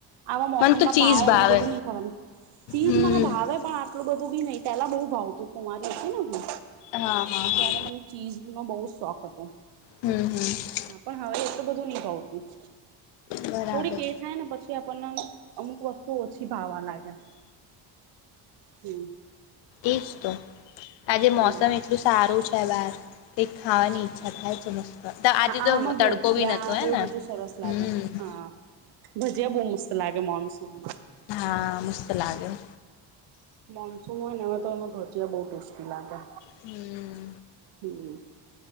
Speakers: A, on the right (about 65°); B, on the left (about 80°).
A: આવા મોસમમાં
B: મને તો ચીઝ
A: પાવ
B: ભાવે
A: એ બધું નહી ખાવાનું ચીજ
B: હમ
A: મને ભાવે પણ આટલું બધું બી નહી પેલા બહુ ભાવ તું કુમારી છે ને હું
B: હા હા હા
A: ત્યારે મને ચીઝ નો બઉ જ શોક હતો
B: હમ હમ
A: હા પણ હવે એટલું બધું નહી ભાવતું
B: બરાબર
A: થોડીક એ થાય ને પછી આપણને અમુક વસ્તુ ઓછી ભાાવવા લાગે હમ
B: એજ તો આજે મોસમ
A: હા
B: એટલું સારું છે બહાર કે ખાવાની અચ્છા ખાય છે મસ્ત આજે
A: હા આવામાં
B: તો
A: ભજીયા
B: તડકોી નહતો હોે
A: એવું
B: ને હમ
A: બધું સરસ હા ભજીયા બહ મસ્ત લાગે મોનસૂનમાં
B: હા મુસ્ત લાગ્યો
A: મોન્સૂન હોય ને એમાં તો એમાં ભજીયા બઉુ ટુસ્ટી લાગે
B: હમ
A: હમ